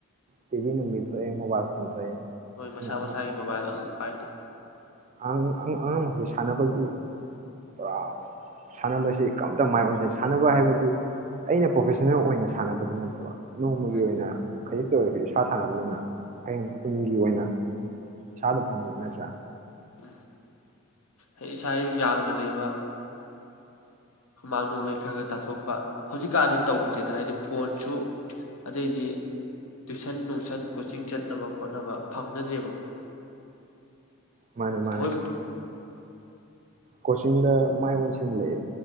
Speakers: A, on the right; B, on the left.
A: ꯇꯤꯚꯤ ꯅꯨꯡꯕꯤ ꯊꯣꯛꯑꯦ ꯃꯣꯕꯥꯏꯜ ꯐꯣꯟ ꯊꯣꯛꯑꯦ
B: ꯍꯣꯏ
A: ꯁꯤꯅ
B: ꯃꯁꯥ ꯃꯁꯥꯒꯤ ꯃꯣꯕꯥꯏꯜ ꯑꯃꯝ ꯄꯥꯏꯔ
A: ꯑꯥꯡ ꯑꯉꯥꯡ ꯃꯈꯩ ꯁꯥꯟꯅꯕꯒꯤ ꯑꯥ ꯁꯥꯟꯅꯕꯁꯤ ꯀꯝꯇ ꯃꯥꯏ ꯑꯣꯏꯖꯩ ꯁꯥꯟꯅꯕ ꯍꯥꯏꯕꯗꯤ ꯑꯩꯅ ꯄ꯭ꯔꯣꯐꯦꯁꯟꯅꯜ ꯑꯣꯏꯅ ꯁꯥꯟꯅꯕꯗꯨ ꯅꯠꯇꯕ꯫ ꯅꯣꯡꯃꯒꯤ
B: ꯎꯝ
A: ꯑꯣꯏꯅ ꯈꯥꯖꯛ ꯑꯣꯏꯔ ꯏꯁꯥ ꯁꯥꯟꯅꯕꯗꯨꯅ ꯍꯌꯦꯡ ꯇꯨꯡꯒꯤ ꯑꯣꯏꯅ ꯏꯁꯥꯗ ꯐꯅꯕ ꯅꯠꯇ꯭ꯔꯥ
B: ꯎꯝ ꯑꯩ ꯏꯁꯥ ꯏꯌꯨ ꯌꯥꯡꯅ ꯂꯩꯕ ꯍꯨꯃꯥꯡ ꯅꯣꯡꯃꯩ ꯈꯔ ꯈꯔ ꯇꯥꯊꯣꯛꯄ ꯍꯧꯖꯤꯛꯀꯥꯟꯗꯤ ꯇꯧꯗꯦꯗ ꯍꯥꯏꯗꯤ ꯐꯣꯟꯁꯨ ꯑꯗꯩꯗꯤ ꯇꯨꯏꯁꯟ ꯅꯨꯡꯁꯟ ꯀꯣꯆꯤꯡ ꯆꯠꯅꯕ ꯈꯣꯠꯅꯕ ꯐꯪꯅꯗ꯭ꯔꯦꯕ
A: ꯃꯥꯅꯦ ꯃꯥꯅꯦ
B: ꯐꯎ
A: ꯀꯣꯆꯤꯡꯗ ꯃꯥꯏ ꯑꯣꯟꯁꯤꯜꯂꯛꯑꯦ